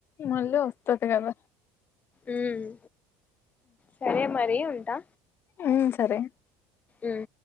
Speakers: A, on the left (about 40°); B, on the left (about 25°).
A: మళ్ళీ వస్తాది కదా
B: ఉమ్ సరే మరి ఉంటా
A: ఉమ్ సరే
B: ఉమ్